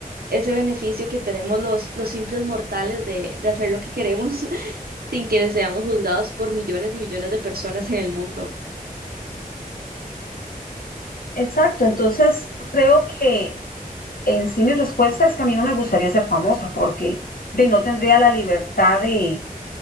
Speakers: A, on the right; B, on the left.
A: ese beneficio que tenemos los, los simples mortales de, de hacer lo que queremos <laughs> sin que seamos juzgados por millones y millones de personas en el mundo.
B: Exacto, entonces yo creo que en sí mi respuesta es que a mí no me gustaría ser famosa porque de, no tendría la libertad de,